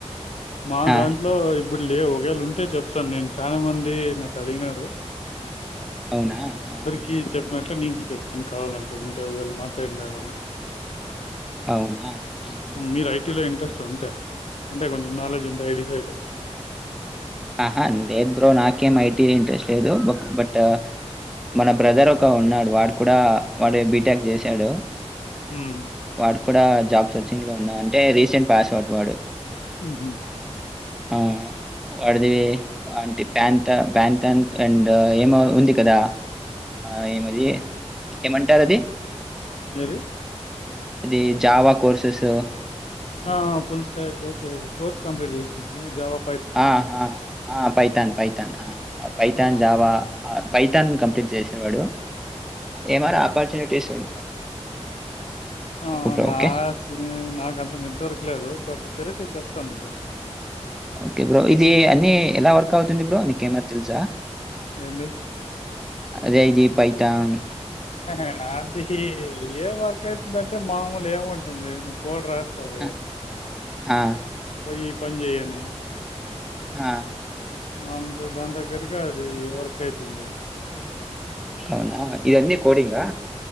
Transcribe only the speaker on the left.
మా
దాంట్లో ఇప్పుడు లేవు వేళ ఉంటే చెప్తాను నేను చాలా మంది నాకు అడిగినారు.
కీస్ చెప్పినట్టే నీకి చెప్ అని కావాలనుంటే ఉంటేవ్గాల్లు మా సైడ్నే ఉన్నా
మీరు ఐ టీలో ఇంట్రెస్ట్ ఉంటే అంటే కొంచెం నాలెడ్జ్ ఉంటే ఐ టి సైడు
ఉమ్,
ఉహు
ఏది
ఆ full stack okay course complete చేసింది. న్ జావప్
ఆహా
ఆహ
నాస్తూనే
నాకంత నెట్ వర్క్. లేదు బట్ తెలిస్తే చెప్తాను. బ్రో
ఏందే
హాహే అద్ది హి ఏం వర్క్ అయితుంది. అంటే మామూల్ అసలు ఏమంటుంది. నువ్వు కోడ్ రాస్ సవో
పోయి పని చెయ్యని.
అంతే దాని దగ్గరగా అది వర్క్ అయితుంది.